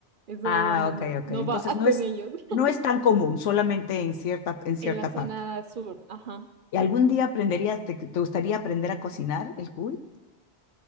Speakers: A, on the right (about 55°); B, on the left (about 85°).
A: eso
B: Ah,
A: no,
B: ok,
A: no,
B: ok.
A: no
B: Entonces
A: va
B: no
A: con
B: es,
A: ellos. <laughs>
B: no es tan común, solamente en cierta, en cierta
A: En la zona
B: parte.
A: sur, ajá.
B: ¿Y algún día aprenderías, te, te gustaría aprender a cocinar el cuy?